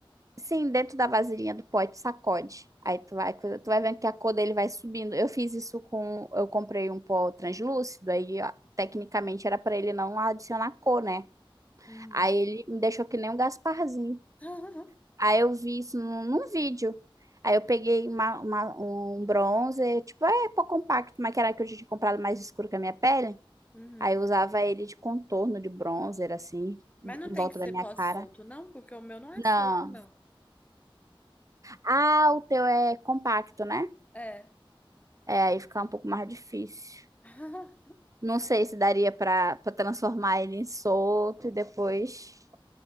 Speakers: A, on the right (about 35°); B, on the left (about 15°).
A: Sim, dentro da vasilhinha do pó, aí tu sacode. Aí tu vai, coisa- tu vai vendo que a cor dele vai subindo. Eu fiz isso com... Eu comprei um pó translúcido, aí... ó, Tecnicamente era pra ele não adicionar cor, né?
B: Uhum.
A: Aí ele me deixou que nem um Gasparzinho.
B: <laughs>
A: Aí eu vi isso num, num vídeo. Aí eu peguei uma- uma- um bronzer, tipo, é pó compacto, mas que era que eu já tinha comprado mais escuro que a minha pele.
B: Uhum.
A: Aí eu usava ele de contorno de bronzer, assim, de-
B: Mas não
A: em
B: tem
A: volta
B: que ser
A: da minha
B: pós-solto,
A: cara.
B: não, porque o meu não é
A: Não.
B: solto, não.
A: Ah, o teu é compacto, né?
B: É.
A: É, aí fica um pouco mais difícil.
B: <laughs>
A: Não sei se daria pra para transformar ele em solto e depois.